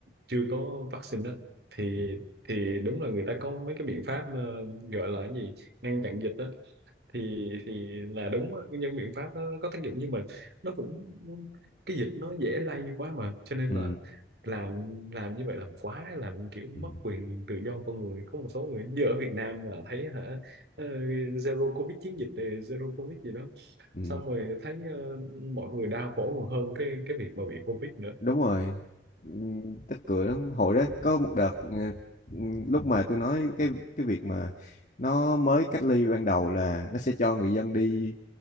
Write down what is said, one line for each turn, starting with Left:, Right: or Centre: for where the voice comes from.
Right: chưa có vaccine đó thì
Left: Ừ.
Right: thì đúng là người ta có mấy cái biện pháp ờ, gọi là cái gì ngăn chặn dịch đó thì thì là đúng á. những biện pháp đó có tác dụng nhưng mà nó cũng cái dịch nó dễ lây quá mà cho nên
Left: Ừ.
Right: là làm làm như vậy làm quá làm kiểu
Left: Ừ.
Right: mất quyền tự do con người có một số người như ở Việt Nam là thấy hả ờ, zero covid chiến dịch ờ, zero covid gì đó
Left: Ừ.
Right: xong rồi thấy ờ, mọi người đau khổ còn hơn cái cái việc mà bị Covid nữa
Left: đúng rồi Ừ, tức cười lắm hồi đó có một đợt ờ, ừ, lúc mà tôi nói cái cái việc mà nó mới cách ly ban đầu là nó sẽ cho người dân đi